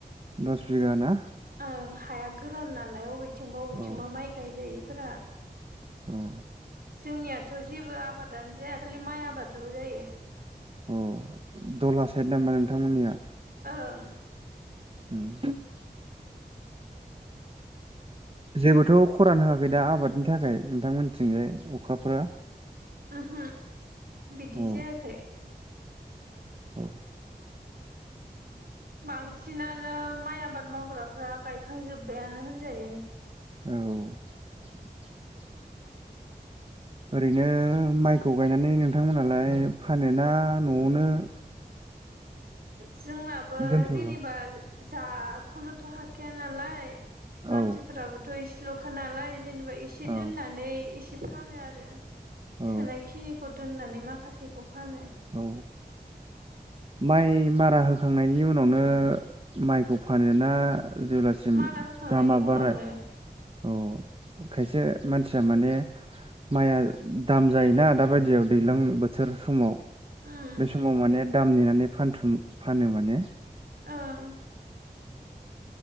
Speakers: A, on the right; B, on the right.
A: दस बिगा ना
B: आं हाया गोरान नाल लाय अबेथिंबा अबेथिंबा
A: औ
B: माइ गायजायैफोरा।
A: औ
B: जोंनियाथ' जेबो आबादानो जाया खालि माइ आबादल' जायो।
A: अ दला साइद नामबा नोंथांमोननिया
B: ओं
A: <unintelligible> जेबोथ' खरान होआखै दा आबादनि थाखाय नोंथांमोनथिंजाय अखाफोरा?
B: ओहो बिदि
A: औ
B: जायाखै।
A: औ
B: बांसिनानो माइ आबाद मावग्राफ्रा गायखांजोब्बायानो होनजायो।
A: औ ओरैनो माइखौ गायनानै नोंथांमोनहालाय फानोना न'आवनो <inaudible>
B: जोंनाबो
A: दोनथुमो
B: जेनेबा जखौनोथ' हाखाया नालाय।
A: औ
B: मानसिफोराबोथ' एसेल'खा नालाय जेनेबा एसे
A: औ
B: दोननानै एसे फानो आरो
A: औ
B: थोनाय खिनिखौ दोननानै माखासेखौ फानो।
A: औ माइ मारा होखांनायनि उनावनो माइखौ फानोना? जेब्लासिम
B: मारा होखांनायनि
A: दामा
B: उनावनो
A: बारायो अ खायसे मानसिया माने मआ दाम जायोना दा बायदियाव दैजां बो बोथोर समाव
B: उम
A: बे समाव माने दाम नेनानै फानथुम फानो माने।
B: ओं